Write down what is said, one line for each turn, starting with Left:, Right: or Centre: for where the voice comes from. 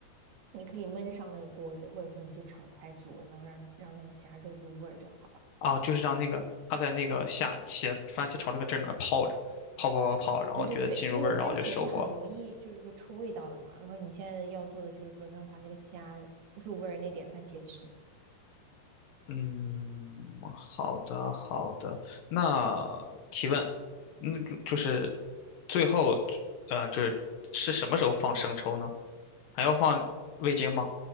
Right: 你可以焖上那个锅子，或者说你就敞开煮，然后让让那个虾肉入味儿就好了。
Left: 啊，就是让那个它在那个下茄番茄炒这个汁儿里面泡着，泡泡泡泡，然后觉得进入味儿，
Right: 对对对，因为番茄是很容易就是说出味道的嘛，
Left: 然后就收获。
Right: 然后你现在要做的就是说让它那个虾入味儿那点番茄汁。
Left: 嗯，好的好的。那提问，那就就是最后，呃，就是是什么时候放生抽呢？还要放味精吗？